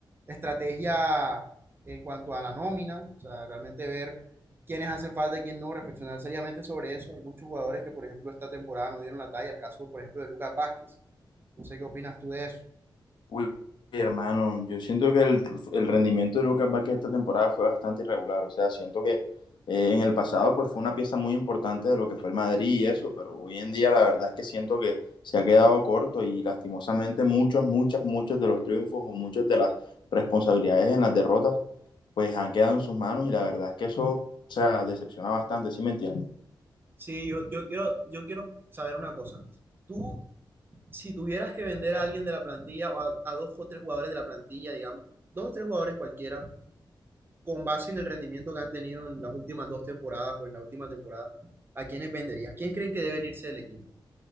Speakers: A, on the right; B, on the left.
A: estrategia en cuanto a la nómina, o sea, realmente ver quiénes hacen falta y quién no, reflexionar seriamente sobre eso. Hay muchos jugadores que, por ejemplo, esta temporada no dieron la talla, el caso, por ejemplo, de Lucas Vázquez. No sé qué opinas tú de eso.
B: Uy, hermano, yo siento que el, el rendimiento de Lucas Vázquez esta temporada fue bastante irregular. O sea, siento que eh, en el pasado pues fue una pieza muy importante de lo que fue el Madrid y eso, pero hoy en día la verdad es que siento que se ha quedado corto y lastimosamente muchos, muchos, muchos de los triunfos o muchas de las responsabilidades en las derrotas pues han quedado en sus manos y la verdad es que eso, o sea, decepciona bastante, ¿sí me entiendes?
A: Sí, yo, yo quiero, yo quiero saber una cosa. Tú, si tuvieras que vender a alguien de la plantilla o a, a dos o tres jugadores de la plantilla, digamos, dos o tres jugadores cualquiera, con base en el rendimiento que han tenido en las últimas dos temporadas o en la última temporada, ¿a quiénes venderías? ¿Quiénes creen que deben irse del equipo?